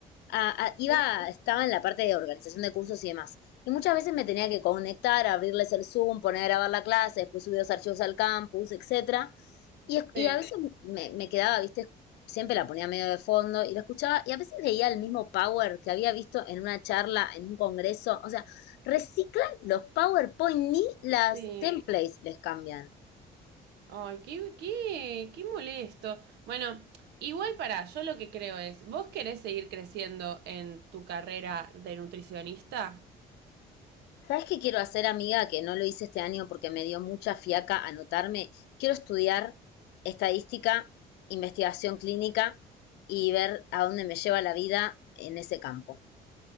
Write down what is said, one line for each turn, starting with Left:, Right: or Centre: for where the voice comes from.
Left: a- a- iba,
Right: Uf,
Left: estaba en la parte de organización de cursos y demás. Y muchas veces me tenía que conectar, abrirles el Zoom, poner a grabar la clase, después subir los archivos al campus, etcétera. Y, es-
Right: Sí,
Left: y a veces me, me quedaba, viste, siempre la ponía medio de fondo y la escuchaba, y a veces veía el mismo power que había visto en una charla, en un congreso. O sea, reciclan los PowerPoint, ni las
Right: sí.
Left: templates les cambian.
Right: Ay, qué, qué, qué molesto. Bueno, igual para yo lo que creo es, ¿vos querés seguir creciendo en tu carrera de nutricionista?
Left: ¿Sabes qué quiero hacer, amiga? Que no lo hice este año porque me dio mucha fiaca anotarme. Quiero estudiar estadística, investigación clínica y ver a dónde me lleva la vida en ese campo.